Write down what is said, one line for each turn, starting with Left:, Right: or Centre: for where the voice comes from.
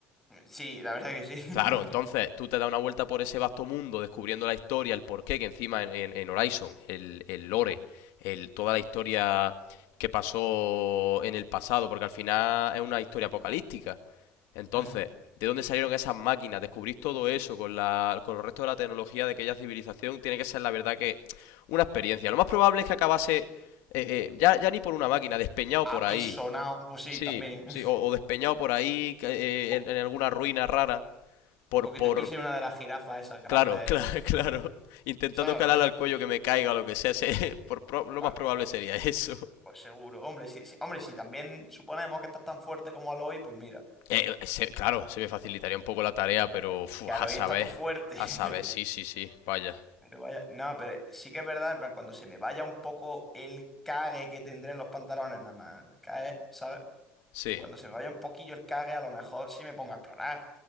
Centre: Sí, la verdad que sí.
Left: Claro, entonces
Centre: <laughs>
Left: tú te das una vuelta por ese vasto mundo descubriendo la historia, el porqué, que encima en, en- en Horizon, el, el lore, el, toda la historia que pasó en el pasado, porque al final es una historia apocalíptica. Entonces,
Centre: Mm.
Left: ¿de dónde salieron esas máquinas? Descubrir todo eso con la, con el resto de la tecnología de aquella civilización tiene que ser la verdad que una experiencia. Lo más probable es que acabase eh, eh, ya, ya ni por una máquina, despeñado
Centre: Apisonado,
Left: por ahí.
Centre: pues sí,
Left: Sí,
Centre: también. <laughs>
Left: sí, o, o despeñado por ahí eh,
Centre: O,
Left: en en alguna ruina rara por,
Centre: o que
Left: por,
Centre: te pise una de las jirafas esas grandes,
Left: claro, <laughs> claro, claro, intentando
Centre: ¿sabes?
Left: calarle al cuello que me caiga o lo que sea, se- <laughs> por, pro- lo
Centre: Vale,
Left: más probable sería eso.
Centre: pues seguro. Hombre, sí, sí. Hombre, si también suponemos que estás tan fuerte como Aloy, pues mira,
Left: Eh, se- claro, se me facilitaría un poco la tarea, pero
Centre: que,
Left: fu,
Centre: que Aloy
Left: a saber,
Centre: está todo fuerte.
Left: a
Centre: <laughs>
Left: saber, sí, sí, sí, vaya.
Centre: Pero vaya, no, pero sí que es verdad, en plan, cuando se me vaya un poco el cague que tendré en los pantalones, nada más cae, ¿sabes?
Left: Sí,
Centre: Cuando se me vaya un poquillo el cague, a lo mejor sí me pongo a explorar.